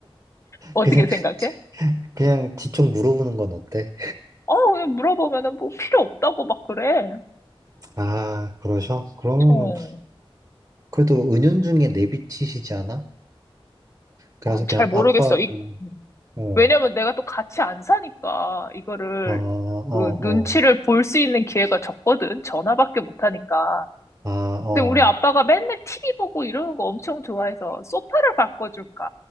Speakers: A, on the left; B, on the right.
A: 어떻게
B: 그냥,
A: 생각해?
B: 그냥 뒤쪽 물어보는 건 어때?
A: 어, 그냥 물어보면은 뭐 필요 없다고 막 그래.
B: 아, 그러셔? 그러면은,
A: 어,
B: 그래도 은연중에 내비치시지 않아? 그래서
A: 아,
B: 그냥
A: 잘 모르겠어.
B: 아빠,
A: 이,
B: 뭐,
A: 음.
B: 어,
A: 왜냐면 내가 또 같이 안 사니까 이거를
B: 아, 어,
A: 그 눈치를
B: 어,
A: 볼 수 있는 기회가 적거든. 전화밖에 못 하니까.
B: 아, 어,
A: 근데 우리 아빠가 맨날 TV 보고 이러는 거 엄청 좋아해서 소파를 바꿔줄까